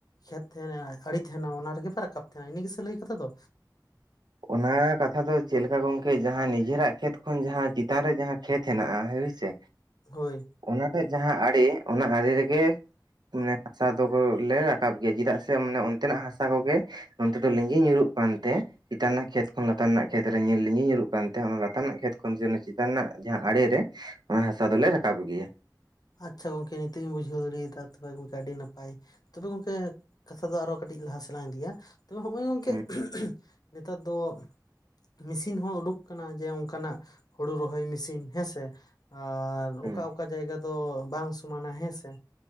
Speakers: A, on the left; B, on the right.
A: ᱠᱷᱮᱛ ᱛᱟᱦᱮᱱᱟ ᱟᱲᱮ ᱛᱟᱦᱮᱱᱟ ᱚᱱᱟ ᱨᱮᱜᱮ ᱯᱮ ᱨᱟᱠᱟᱵ ᱛᱟᱦᱮᱱᱟ ᱤᱱᱟᱹ ᱜᱮ ᱥᱮ ᱞᱟᱹᱭ ᱠᱟᱛᱷᱟ ᱫᱚᱼᱼ
B: ᱚᱱᱟ ᱠᱟᱛᱷᱟ ᱫᱚ ᱪᱮᱫ ᱞᱮᱠᱟ ᱜᱚᱝᱠᱮ ᱡᱟᱦᱟ ᱱᱤᱡᱮ ᱨᱟᱜ ᱠᱷᱮᱛ ᱠᱷᱚᱱ ᱡᱟᱦᱟ ᱪᱮᱛᱟᱱ ᱨᱮ ᱡᱟᱦᱟ ᱠᱷᱮᱛᱼᱼ ᱠᱷᱮᱛ ᱦᱮᱱᱟ ᱜᱟ ᱦᱳᱭ ᱥᱮᱼᱼ
A: ᱦᱳᱭ
B: ᱚᱱᱟ ᱴᱟᱜ ᱡᱟᱦᱟᱸ ᱟᱲᱮ ᱚᱱᱟ ᱟᱲᱮ ᱨᱮᱜᱮ ᱢᱟᱱᱮ ᱦᱟᱥᱟ ᱫᱚ ᱞᱮ ᱨᱟᱠᱟᱵ ᱜᱮᱭᱟ ᱪᱮᱫᱟᱜ ᱥᱮ ᱢᱟᱱᱮ ᱚᱱᱛᱮ ᱱᱟᱜ ᱦᱟᱥᱟ ᱠᱚ ᱜᱮ ᱱᱚᱛᱮ ᱫᱚ ᱞᱤᱸᱜᱤ ᱧᱩᱨᱩᱜ ᱠᱟᱱ ᱛᱮ ᱪᱮᱛᱟᱱ ᱨᱮᱱᱟᱜ ᱠᱷᱮᱛ ᱠᱷᱚᱱ ᱞᱟᱛᱟᱨ ᱨᱮᱱᱟᱜ ᱠᱷᱮᱛ ᱨᱮ ᱞᱤᱸᱜᱤ ᱧᱩᱨᱩᱜ ᱠᱟᱱ ᱛᱮ ᱚᱱᱟ ᱞᱟᱛᱟᱨ ᱨᱮᱱᱟᱜ ᱠᱷᱮᱛ ᱠᱷᱚᱱ ᱪᱮᱛᱟᱱ ᱨᱮᱱᱟᱜ ᱡᱟᱦᱟᱸ ᱟᱲᱮ ᱨᱮ ᱚᱱᱟ ᱦᱟᱥᱟ ᱫᱚᱞᱮ ᱨᱟᱠᱟᱵ ᱜᱮᱭᱟ
A: ᱟᱪᱪᱷᱟ ᱜᱚᱝᱠᱮ ᱱᱤᱛᱚᱜ ᱤᱧ ᱵᱩᱡᱷᱟᱹᱣ ᱫᱟᱲᱮᱭᱟᱫᱟ ᱛᱚᱵᱮ ᱜᱚᱝᱠᱮ ᱟᱹᱰᱤ ᱱᱟᱯᱟᱭ <unintelligible> ᱜᱚᱢᱠᱮ ᱠᱟᱛᱷᱟ ᱫᱚ ᱟᱨ ᱦᱚᱸ ᱠᱟᱹᱴᱤᱡ ᱞᱟᱦᱟ ᱥᱮᱫ ᱞᱟᱝ ᱤᱫᱤᱭᱟ ᱛᱚᱵᱮ ᱱᱚᱜᱼᱚᱭ ᱜᱚᱝᱠᱮ
B: ᱦᱩᱸ
A: ᱱᱮᱛᱟᱨ ᱫᱚ ᱢᱮᱥᱤᱱ ᱦᱚᱸ ᱳᱰᱳᱠ ᱠᱟᱱᱟ ᱡᱮ ᱚᱱᱠᱟᱱᱟᱜ ᱦᱳᱲᱳ ᱨᱚᱦᱚᱭ ᱢᱮᱥᱤᱱ ᱦᱮᱸᱥᱮ ᱟᱨ
B: ᱦᱩᱸ
A: ᱚᱠᱟ ᱚᱠᱟ ᱡᱟᱭᱜᱟ ᱫᱚ ᱵᱟᱝ ᱥᱚᱢᱟᱱᱟ ᱦᱮᱸᱥᱮ